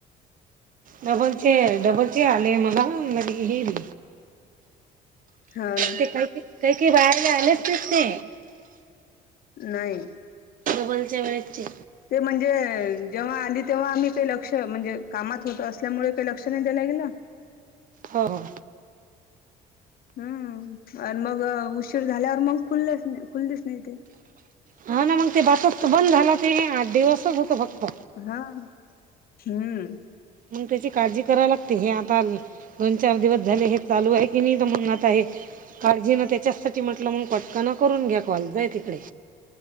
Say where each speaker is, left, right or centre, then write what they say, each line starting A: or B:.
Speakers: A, on the right (about 55°); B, on the left (about 60°).
A: डबलचे हे, डबल चे आले मला मग हे बि.
B: हा ना
A: ते काय ते, बाहेर आलेच नसते.
B: नाही.
A: डबलचे वेळेचे.
B: ते म्हणजे जेव्हा आली तेव्हा आम्ही ते लक्ष, म्हणजे कामात होत असल्यामुळे ते लक्ष नाही देल गेलं?
A: हा, हा
B: हम्म, अन मग उशीर झाल्यावर मग खुल्लेच नाही खुललेच नाही ते.
A: हा मग ते बासटच बंद झालं ते आठ दिवसच होत फक्त.
B: हा, हम्म
A: मग त्याची काळजी करायला लागते हे आता आली. दोन- चार दिवस झाले हे चालू आहे कि मग आता हे काळजी ना त्याच्याचसाठी म्हटलं म फक्त फटकन करून घ्या कॉल, जाय तिकडे.